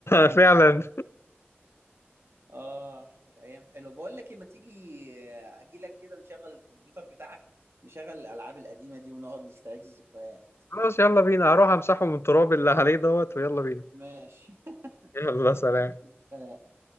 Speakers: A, on the left (about 80°); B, on the right (about 75°).
A: <laughs> فعلا
B: اه كانت ايام حلوه بقول لك إيه، ما تيجي اجي لك كده نشغل الكمبيوتر بتاعك نشغل الالعاب القديمه دي ونقعد نستعيد الذكريات
A: خلاص يلا بينا هروح امسحه من التراب اللي عليه دوت ويلا بينا
B: ماشي
A: يلا
B: <laughs>
A: سلام
B: سلام